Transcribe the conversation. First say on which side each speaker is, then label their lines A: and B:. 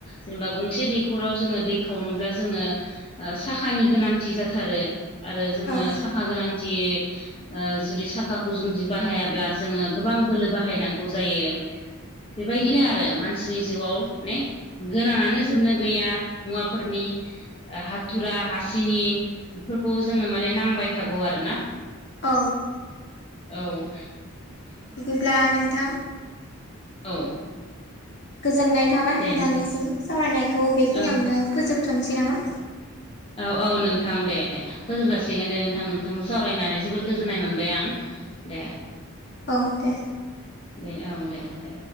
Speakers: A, on the left (about 25°); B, on the left (about 50°).
A: जेनेबा गंसे दैखराव जोङो दै खावनोब्ला जोङो ओ साखानि गोनांथि जाथारो आरो जोङो
B: औ
A: साखा गोनांथि ओ जुदि साखाखौ जोंदि बाहायाब्ला जोङो गोबां बोलो बाहायनांगौ जायो। बेबायदिनो आरो मानसिनि जिउआव नेे गोनाङानो जोबनो गैया मुवाफोरनि हाथुरा हासिनि बेफोरखौ जोंनो माने नांबाय थागौ आरोना।
B: औ।
A: औ।
B: बिदिब्ला नोंथां?
A: औ।
B: गोजोननाय थाबाय नोंथांनिसिम
A: दे नोंथां
B: सावरायनायखौ बेखिनियावनो
A: औ
B: फोजोबथ'नोसै नामा?
A: औ औ नोंथां दे फोजोबजासिगोन दे नोंथां नोंथांजों सावरायनानै जोबोद गोजोननाय मोनबाय आं। दे।
B: औ दे।
A: दे औ दे दे।